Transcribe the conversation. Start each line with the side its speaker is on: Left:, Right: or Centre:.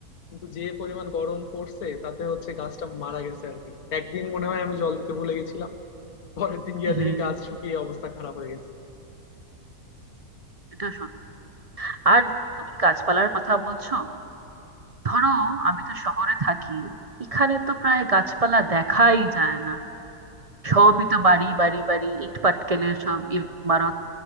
Left: কিন্তু যে পরিমাণ গরম পড়ছে তাতে হচ্ছে গাছটা মারা গেছে আর কি একদিন মনে হয় আমি জল দিতে ভুলে গেছিলাম পরের দিন গিয়ে
Right: হুম
Left: দেখি গাছ শুকিয়ে অবস্থা খারাপ হয়ে গেছে
Right: এটা সত্যি আর তুমি গাছপালার কথা বলছো ধরো আমি তো শহরে থাকি এখানে তো প্রায় গাছপালা দেখাই যায় না সবই তো বাড়ি বাড়ি বাড়ি ইট পাটকেলের সব ইমারত